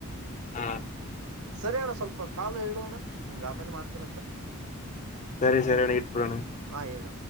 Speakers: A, on the left; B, on the right.
A: ಹಾ
B: ಸರಿ ಅಣ್ಣ ಸ್ವಲ್ಪ ಕಾಲು ಹೇಳೋ ಅಣ ನಿನ್ ಆಮೇಲೆ ಮಾಡ್ತೀನತ್ತ
A: ಸರಿ ಸರಿ ನ ಇಟ್ಟಬಡಣ
B: ಹಾ ಹೇಳು